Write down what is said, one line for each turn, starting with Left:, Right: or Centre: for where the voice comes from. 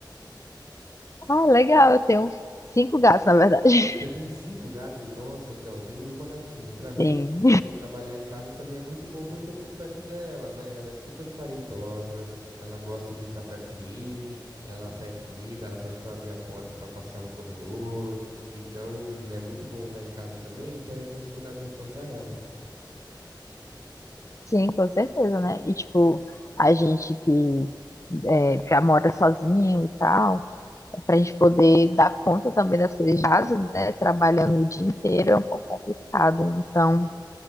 Left: ah, legal, eu tenho cinco gatos, na verdade.
Right: Você
Left: <laughs>
Right: tem cinco gatos? Nossa, então, eu tenho uma gatinha. E pra mim,
Left: Sim.
Right: poder trabalhar em casa também é muito bom porque eu fico perto dela, né? Ela é super carentosa, ela gosta de estar perto de mim, ela pede comida, ela pede pra abrir a porta pra passear no corredor. Então, é muito bom estar em casa também, porque aí eu consigo dar atenção pra ela.
Left: Sim, com certeza, né? E tipo, a gente que é, já mora sozinho e tal, para a gente poder dar conta também das coisas de casa, né? Trabalhando o dia inteiro é um pouco complicado. Então.